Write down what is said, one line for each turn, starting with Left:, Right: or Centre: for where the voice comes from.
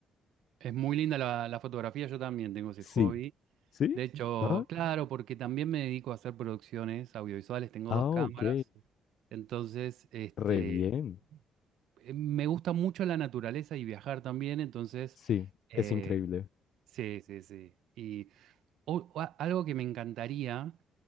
Right: Es muy linda la, la fotografía, yo también tengo ese
Left: Sí.
Right: hobby.
Left: ¿Sí?
Right: De hecho,
Left: Ah,
Right: claro, porque también me dedico a hacer producciones audiovisuales, tengo
Left: ah,
Right: dos cámaras,
Left: ok.
Right: entonces este,
Left: Re bien.
Right: eh, me gusta mucho la naturaleza y viajar también, entonces,
Left: Sí,
Right: eh,
Left: es increíble.
Right: sí, sí, sí. Y o- o a- algo que me encantaría,